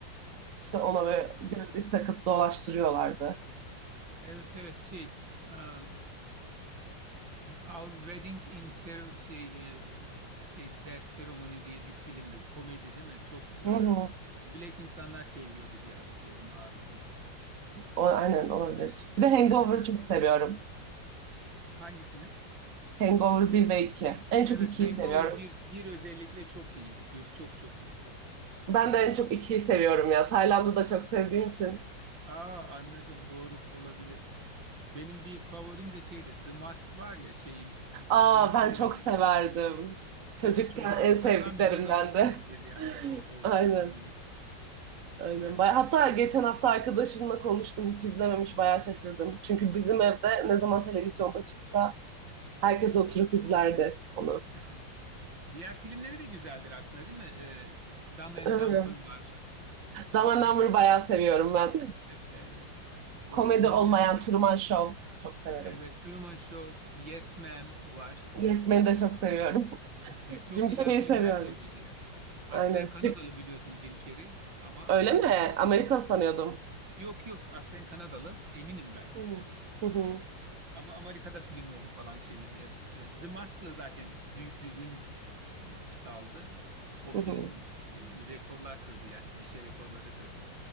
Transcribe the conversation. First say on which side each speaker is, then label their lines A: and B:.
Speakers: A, on the right; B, on the right.
A: İşte ona böyle gözlük takıp dolaştırıyorlardı.
B: Evet evet şey um, Our Wedding in Cere- şey e, şey Death Ceremony diye bir filmdi. Komedi değil mi? Çok
A: Hı
B: e,
A: hı.
B: Black insanlar çeviriyordu diye hatırlıyorum ağırlıklı.
A: O, aynen olabilir. Bir de Hangover'ı
B: Evet evet.
A: çok seviyorum.
B: Hangisini?
A: Hangover bir ve iki. En
B: Evet
A: çok ikiyi
B: Hangover
A: seviyorum.
B: bir bir özellikle çok iyiydi. Bir çok çok iyiydi.
A: Ben de
B: Aa,
A: en çok ikiyi seviyorum ya. Tayland'ı da çok sevdiğim için.
B: aa, anladım doğru olabilir. Benim bir favorim de şeydir. The Mask var ya şeyin
A: Aa
B: Jim
A: ben
B: Carrey'nin
A: çok severdim.
B: değil
A: Çocukken
B: mi? Çocuklukta
A: en sevdiklerimden
B: tam gidecek bir
A: de.
B: filmdir yani o
A: <laughs>
B: o
A: Aynen.
B: konuda.
A: Aynen.
B: Ya.
A: Baya- Hatta geçen hafta arkadaşımla konuştum. Hiç izlememiş. Bayağı şaşırdım. Çünkü bizim evde ne zaman televizyonda çıksa herkes oturup izlerdi onu.
B: <laughs> Diğer filmleri de güzeldir aslında değil mi? E, Dumb and
A: Aynen.
B: Dumber var. Aa,
A: Dumb and Dumber bayağı seviyorum ben.
B: e- evet.
A: <laughs>
B: O
A: Komedi
B: onun
A: olmayan
B: yanında.
A: Truman Show çok severim.
B: Evet, Truman Show, Yes Ma'am var.
A: Yes Man'i de çok seviyorum.
B: <laughs>
A: <laughs>
B: Çok
A: Jim
B: güzel
A: Carrey'i
B: filmler
A: seviyorum.
B: çevirdi ya. Aslen
A: Aynen.
B: Kanadalı biliyorsun Jim Carrey ama
A: Öyle mi?
B: e, hani
A: Amerikan sanıyordum.
B: Yok yok aslen Kanadalı eminim ben.
A: Hmm.
B: Ee,
A: Hı hı
B: ama Amerika'da filmlerini falan çevirdi hep. Ee, The Mask'la zaten büyük bir ün s- şey- saldı. O film
A: hı. hı.
B: e, rekorlar kırdı yani gişe rekorları kırdı.